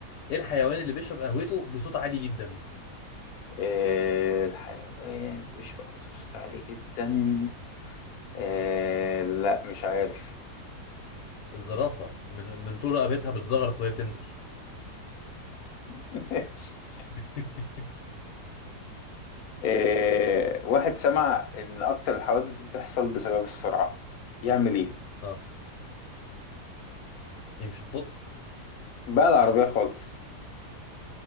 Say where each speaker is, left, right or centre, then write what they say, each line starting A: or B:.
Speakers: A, on the left; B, on the left.
A: ايه الحيوان اللي بيشرب قهوته بصوت عالي جدا؟
B: إيه الحيوان مش بقوته بصوت عالي جدا إيه لا مش عارف
A: الزرافة من من طول رقبتها بتزغرط وهي بتنزل
B: <laughs> ماشي.
A: <laughs>
B: إيه واحد سمع إن أكتر الحوادث بتحصل بسبب السرعة يعمل إيه؟
A: اه دي مش ببطء
B: بقى العربية خالص